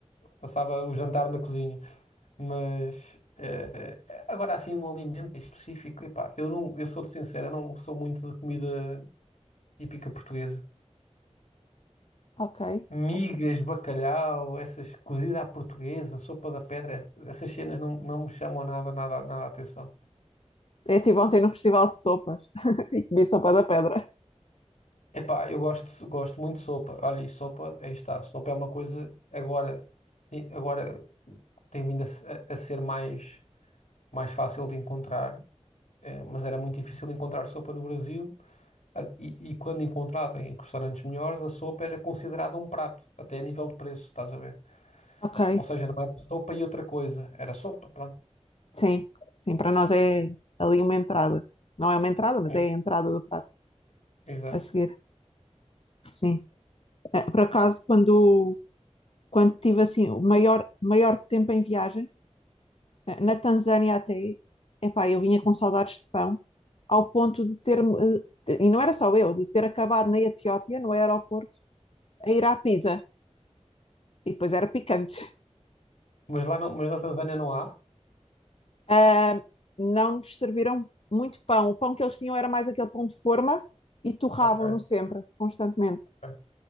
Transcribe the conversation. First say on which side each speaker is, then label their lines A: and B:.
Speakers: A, on the left; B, on the left.
A: passava o jantar na cozinha. Mas eh, agora, assim, um alimento em específico, epá, eu não, eu sou-te sincero, eu não sou muito de comida típica portuguesa.
B: Ok.
A: Migas, bacalhau, essas cozida à portuguesa, sopa da pedra, essas cenas não, não me chamam nada, nada, nada a atenção.
B: Eu estive ontem no Festival de Sopas <laughs> e comi sopa da pedra.
A: Epá, eu gosto, gosto muito de sopa. Olha, e sopa, aí está. Sopa é uma coisa agora, agora tem vindo a, se- a- a ser mais. mais fácil de encontrar, eh, mas era muito difícil encontrar sopa no Brasil. A- E, e quando encontrava em restaurantes melhores, a sopa era considerada um prato, até a nível de preço, estás a ver?
B: Ok.
A: Ou seja, não era sopa e outra coisa, era sopa, pronto.
B: Sim. Sim, para nós é ali uma entrada. Não é uma entrada, mas
A: É,
B: é a entrada do prato
A: exato.
B: a seguir. Sim. Eh, Por acaso, quando, quando tive assim o maior, maior tempo em viagem, eh, na Tanzânia até, epá, eu vinha com saudades de pão, ao ponto de ter e não era só eu, de ter acabado na Etiópia, no aeroporto, a ir à Pisa, e depois era picante. <laughs>
A: Mas lá não, mas na Tanzânia não há?
B: Ah, não nos serviram muito pão. O pão que eles tinham era mais aquele pão de forma e torravam-no
A: Ok,
B: sempre, constantemente.
A: ok,